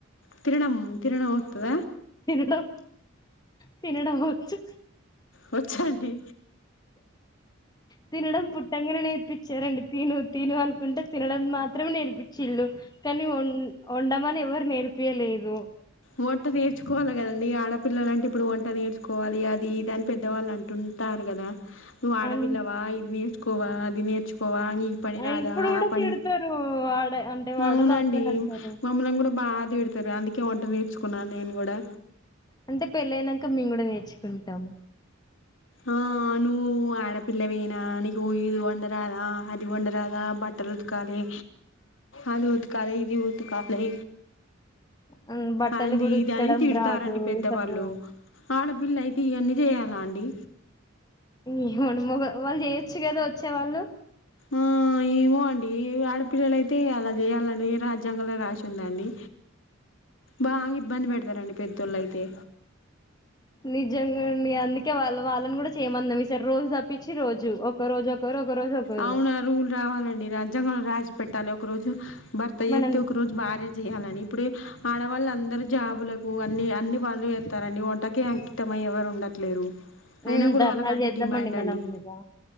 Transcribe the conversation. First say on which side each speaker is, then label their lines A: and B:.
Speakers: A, on the left (about 65°); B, on the left (about 20°).
A: తినడం తినడం ఒతద
B: తినడం తినడం ఒచ్చు.
A: వోచ్చండి
B: తినడం పుట్టంగానే నేర్పించారండి. తిను తిను అనుకుంటే తినడం మాత్రమే నేర్పించిలు కానీ వం వండమని ఎవరు నేర్. పియలేదు
A: వంట నేర్చుకోవాలి కదండీ ఆడపిల్లల అంటే ఇప్పుడు వంట నేర్చుకోవాలి అది ఇదాని పెద్దవాళ్ళు అంటు. టారు కదా నువ్వు ఆడపిల్లవ
B: అన్
A: ఇది నేర్చకోవా అది నేర్చకో. న పని
B: ఆ
A: రాదాని
B: ఇప్పుడు కూడా తిడతారు వాడ అంటే వాడలో
A: అవునండి
B: అందరు అంటారు
A: మమ కూడా బా తిడతారు అందుకే వంట నేర్చుకున్నాను నేను కూడా
B: అంటే పెళ్ళయినంక మేము కూడా నేర్చుకుంటాం
A: ఆ నువ్వు ఆడపిల్లవేనా నీకు ఇది వండరాల అది వండరాల బట్టర్ ఉతకాలి అది ఉతకాలి ఇది ది ఉతకాలే
B: హ్మ్, బట్టలు
A: అది
B: కూడా
A: ఇదని
B: ఉతకడం
A: తిడతారండి
B: రాదు
A: పెద్దవాళ్ళు
B: చక్కగా
A: ఆడపిల్లయితే ఇవన్నీ చేయాలా అండి
B: ఎమో మను మగ వాళ్ళు చేయొచ్చు కదా వచ్చేవాళ్ళు
A: ఆ ఏమో అండి ఆడపిల్లలయితే అలా చేయాలండి ఏ రాజ్యాంగంలో రాసిందండి బాగా ఇబ్బంది పెడతారండి పెద్దోళ్ళు అయితే
B: నిజంగాండి అందుకే వాళ్ళ వాళ్ళని కూడా చేయమన్నా మీ సారీ రోజు తప్పించి రోజు ఒక రోజు ఒకరు ఒక రోజు ఒకరు
A: అవును ఆ రూల్ రావాలండి రాజ్యాంగం రాసి పెట్టాలి ఒక రోజు భర్త చేతే
B: మనం
A: ఒక రోజు భార్య చేయ్యాలని ఇప్పుడు ఆడవాళ్ళు అందరు జాబులకు అన్ని అన్ని పనులు చేస్తారండి వంటకి అంకితమయి ఎవరు ఉండట్లేరు
B: హ్మ్,
A: అయినా కూడా
B: ధర్నాలు
A: వాళ్ళకి అంత
B: చేద్దామండి
A: డిమాండ్ అండి
B: మనం ఇగ